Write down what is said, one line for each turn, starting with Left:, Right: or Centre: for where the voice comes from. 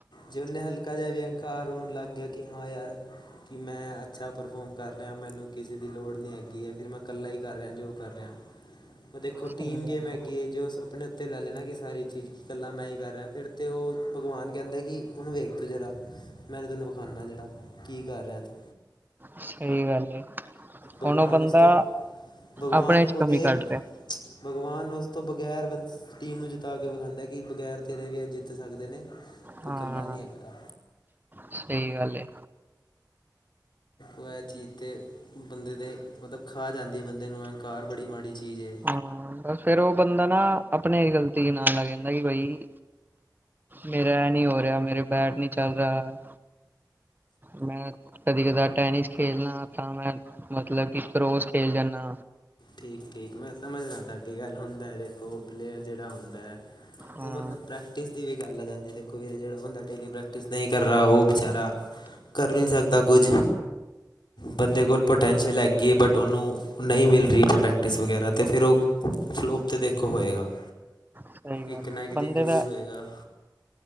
Left: ਜਿ ਉਨੇ ਹਲਕਾ ਜਿਹਾ ਵਿ ਅਹੰਕਾਰ ਉਹਨੂੰ ਲੱਗ ਗਿਆ ਕਿ ਹਾਂ ਯਾਰ ਕਿ ਮੈਂ ਅੱਛਾ ਪਰਫੋਰਮ ਕਰ ਰਿਹਾ, ਮੈਨੂੰ ਕਿਸੇ ਦੀ ਲੋੜ ਨਹੀਂ ਹੈਗੀ ਹੈ ਫਿਰ ਮੈਂ ਇਕੱਲਾ ਹੀ ਕਰ ਰਿਹਾ ਜੋ ਕਰ ਰਿਹਾ ਔ
Right: ਸਹੀ
Left: ਟੀਮ
Right: ਗੱਲ
Left: ਹੈਗੀ
Right: ਏ
Left: ਐ, ਜੋ ਆਪਣੇ ਉੱਤੇ ਲੈ ਲੈਣਾ ਕਿ ਸਾਰੀ ਚੀਜ਼ ਇਕੱਲਾ ਮੈਂ ਈ ਕਰ ਰਿਹਾ ਫਿਰ ਤੇ ਉਹ ਭਗਵਾਨ ਕਹਿੰਦਾ ਕਿ ਉਨੂੰ ਵੇਖ ਤੂੰ ਜ਼ਰਾ ਮੈਂਨ ਤੈਨੂੰ ਵਿਖਾਉਂਦਾ ਜਿਹੜਾ, ਕੀ ਕਰ ਰਿਹਾ ਐ ਤੂ
Right: ਸਹੀ ਗੱਲ ਏ,
Left: ਭਗਵਾਨ
Right: ਹੁਣ ਉਹ ਬੰਦਾ
Left: ਉਸ ਤੋਂ ਭਗਵਾਨ
Right: ਆਪਣੇ
Left: ਉਹਦੇ
Right: ਚ ਕਮੀ ਕੱਢ ਰਿਹਾ
Left: ਭਗਵਾਨ ਉਸ ਤੋਂ ਬਗੈਰ ਬਸ ਟੀਮ ਨੂੰ ਜਿਤਾ ਕੇ ਵਿਖਾਦਾ, ਕਿ ਬਗੈਰ ਤੇਰੇ ਵੀ ਐ ਜਿੱਤ ਸਕਦੇ ਨੇ ਤੂੰ
Right: ਹਾਂ
Left: ਇਕੱਲਾ ਨਹੀਂ ਹੈਗਾ
Right: ਸਹੀ ਗੱਲ ਏ
Left: ਔ ਐ ਚੀਜ਼ ਤੇ ਬੰਦੇ ਦੇ, ਮਤਲਬ ਖਾ ਜਾਂਦੀ ਹੈ ਬੰਦੇ ਨੂੰ ਅਹੰਕਾਰ ਬੜੀ ਮਾੜੀ ਚੀਜ਼ ਹੈ
Right: ਹਾਂ, ਫੇਰ ਉਹ ਬੰਦਾ ਨਾ ਆਪਣੇ ਗ਼ਲਤੀ ਨਾਲ ਲੱਗ ਜਾਂਦੈ ਕਿ ਬਾਈ। ਮੇਰਾ ਐ ਨਹੀਂ ਹੋ ਰਿਹਾ ਮੇਰਾ ਬੈਟ ਨੀ ਚੱਲ ਰਿਹਾ। ਮੈਂ ਕਦੀ ਕਦਾਰ ਟੈਨਿਸ ਖੇਲਣਾ ਤਾਂ ਮੈਂ। ਮਤਲਬ ਕਿ ਰੋਜ਼ ਖੇਲ ਜਾਂਨਾ।
Left: ਠੀਕ -ਠੀਕ ਮੈਂ ਸਮਝਦਾ ਤੁਹਾਡੀ ਗੱਲ ਹੁੰਦਾ ਦੇਖੋ ਪਲੇਅਰ ਜਿਹੜਾ ਹੁੰਦੈ।
Right: ਹਾਂ
Left: ਉਹ ਮਤਲਬ ਪ੍ਰੈਕਟਿਸ। ਦੀ ਵੀ ਗੱਲ ਆ ਜਾਂਦੀ ਦੇਖੋ ਵੀ ਜਿਹੜਾ ਬੰਦਾ ਡੇਲੀ ਪ੍ਰੈਕਟਿਸ ਨਹੀਂ ਕਰਹਾ ਉਹ ਬਚਾਰਾ। ਕਰ ਨੀ ਸਕਦਾ ਕੁਝ। ਬੰਦੇ ਕੋਲ ਪੋਟੈਂਸ਼ੀਅਲ ਹੈਗੀਏ ਬਟ ਉਹਨੂੰ ਨਹੀਂ ਮਿਲ ਰਹੀ। ਪ੍ਰੋੈਕਟਿਸ ਵਗੈਰਾ ਅਤੇ ਫਿਰ ਉਹ ਫਲੋਪ ਤੇ ਦੇਖੋ ਹੋਏਗਾ।
Right: ਸਹੀ ਗੱਲ
Left: ਇੱਕ ਨਾ
Right: ਹੈ
Left: ਇੱਕ ਦਿਨ
Right: ਬੰਦੇ
Left: ਜ਼ਰੂਰ
Right: ਦਾ
Left: ਹੋਏਗਾ